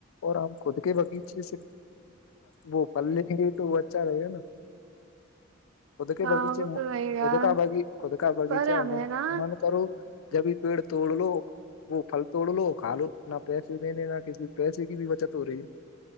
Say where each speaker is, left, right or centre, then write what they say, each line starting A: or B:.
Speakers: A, on the left; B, on the right.
A: اور ہم خود کے باغیچے سے وہ پھل لیں گے تو وہ اچھا رہے گا نا خود کے
B: ہاں
A: بگیچے
B: وہ تو رہے گا
A: خود کا خود کا بگیچہ
B: پر ہمیں
A: ہے
B: نا
A: من کرو جبھی پیڑ توڑ لو وہ پھل توڑ لو کھا لو نہ پیسے دینے نہ کسی پیسے کی بھی بچت ہو رہی ہے